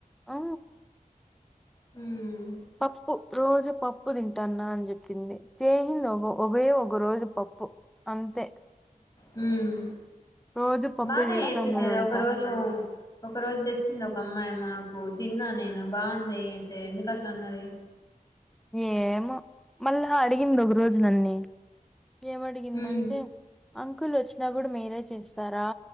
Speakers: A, in the centre; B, on the left (about 25°).
A: ఆ
B: హమ్
A: పప్పు రోజు పప్పు తింటాన్నా అని చెప్పింది చేయింది ఒక ఒకయ ఒక రోజు పప్పు అంతే
B: హమ్
A: రోజు పప్పే
B: బానే
A: చేస్తాన్నారంట
B: వేసింది అదా ఒక రోజు ఒక రోజు తెచ్చి వచ్చింది ఒక అమ్మాయి మాకు తిన్నా నేను బాగుంది అయితే ఎందుకు అట్లా అన్నది
A: ఏమో మళ్ళా అడిగింది ఒక రోజు నన్నీ ఏమడిగిందంటే
B: మ్మ్
A: అంకుల్ వచ్చినా కూడా మీరే చేస్తారా